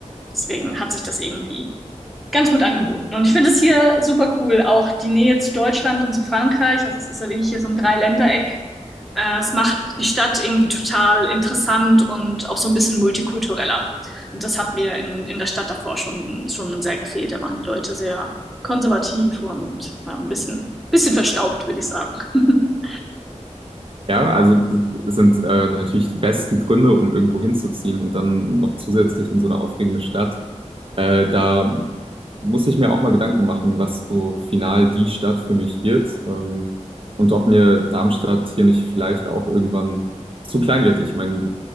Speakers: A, in the centre; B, on the right.
A: Deswegen hat sich das irgendwie ganz gut angeboten. Und ich finde es hier super cool, auch die Nähe zu Deutschland und zu Frankreich. Also es ist ja wirklich hier so ein Dreiländereck. Äh, es macht die Stadt irgendwie total interessant und auch so ein bisschen multikultureller. Und das hat mir in, in der Stadt davor schon, schon sehr gefehlt. Da waren die Leute sehr konservativ und ja, ein bisschen, bisschen verstaubt, würde ich sagen. <laughs>
B: Ja, also das sind äh, natürlich die besten Gründe, um irgendwo hinzuziehen und dann noch zusätzlich in so eine aufregende Stadt. Äh, da muss ich mir auch mal Gedanken machen, was so final die Stadt für mich wird ähm, und ob mir Darmstadt hier nicht vielleicht auch irgendwann zu klein wird. Ich meine,